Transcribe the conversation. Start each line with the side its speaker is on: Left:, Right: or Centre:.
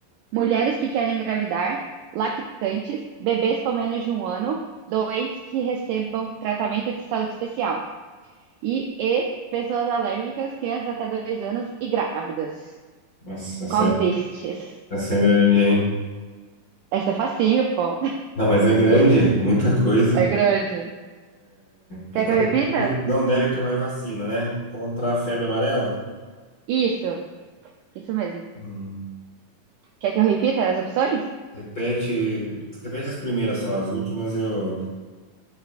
Right: Mulheres que querem engravidar, lactantes, bebês com menos de um ano, doentes que recebam tratamento de saúde especial. E E. Pessoas alérgicas, crianças até dois anos e grávidas.
Left: Nossa, essa
Right: Qual
Left: é,
Right: destes?
Left: essa é grande, hein?
Right: Essa é facinho, pô.
Left: Não, mas é grande, muita coisa.
Right: É grande.
Left: É
Right: Quer
Left: quais
Right: que eu repita?
Left: produtos não devem tomar vacina, né? Contra a febre amarela?
Right: Isso, isso mesmo.
Left: Hum.
Right: Quer que eu repita as opções?
Left: Repete, repete as primeiras só, as últimas eu.